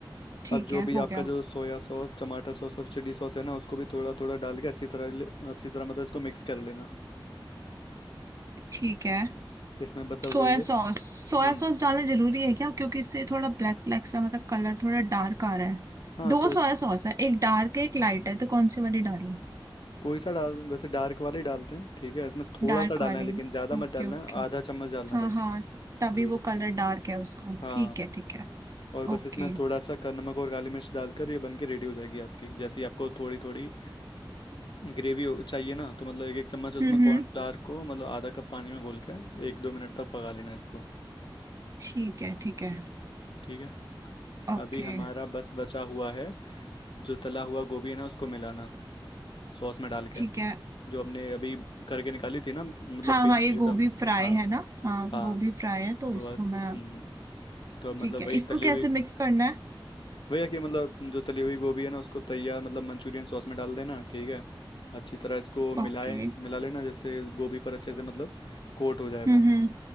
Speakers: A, on the right; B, on the left.
A: ठीक
B: अब जो
A: है
B: भी
A: हो
B: आपका
A: गया
B: जो सोया सॉस टमाटर सॉस और चिली सॉस है ना उसको भी थोड़ा थोड़ा डाल के अच्छी तरह ले- अच्छी तरह मतलब इसको मिक्स कर लेना
A: ठीक है
B: इसमें बस
A: सोया
B: अब वही है
A: सॉस
B: हम्म
A: सोया सॉस डालना जरूरी है क्या क्योंकि इससे थोड़ा ब्लैक ब्लैक सा मतलब कलर थोड़ा डार्क आ रहा है
B: हाँ
A: दो
B: तो इस,
A: सोया सॉस है एक डार्क है एक लाइट है तो कौन सी वाली डालूं
B: कोई सा डाल वैसे डार्क वाले ही डालते हैं ठीक है इसमें थोड़ा
A: डार्क
B: सा डालना
A: वाली
B: है लेकिन ज़्यादा मत
A: ओके
B: डालना
A: ओके
B: है आधा चम्मच डालना है
A: हाँ
B: बस
A: हाँ तभी
B: ठीक
A: वो
B: है
A: कलर डार्क है उसका
B: हाँ
A: ठीक है ठीक है
B: और बस
A: ओके
B: इसमें थोड़ा सा क- नमक और काली मिर्च डालकर ये बन के रेडी हो जाएगी आपकी जैसे ही आपको थोड़ी थोड़ी ग्रेवी चाहिए ना तो मतलब एक एक चम्मच उसमें
A: हम्म
B: कॉर्नफ्लावर
A: हम्म
B: को मतलब आधा कप पानी में घोल के एक दो मिनट तक पका लेना इसको
A: ठीक है ठीक है
B: ठीक है
A: ओके
B: अभी हमारा बस बचा हुआ है जो तला हुआ गोभी है ना उसको मिलाना सॉस में डाल
A: ठीक
B: के
A: है
B: जो हमने अभी करके निकाली थी ना मतलब
A: हाँ
B: पेन
A: हाँ
B: में
A: ये
B: एकदम
A: गोभी फ्राई
B: हाँ
A: है ना हाँ
B: हाँ
A: गोभी फ्राई है तो
B: तो
A: इसको
B: अब-
A: मैं
B: हम्म तो अब मतलब
A: ठीक है
B: वही
A: इसको
B: तली
A: कैसे
B: हुई
A: मिक्स करना है
B: वही है कि मतलब जो तली हुई गोभी है ना उसको तैयार मतलब मंचूरियन सॉस में डाल देना ठीक है अच्छी तरह इसको मिलाए
A: ओके
B: मिला लेना जैसे गोभी पर अच्छे से मतलब कोट हो जाए वो
A: हम्म हम्म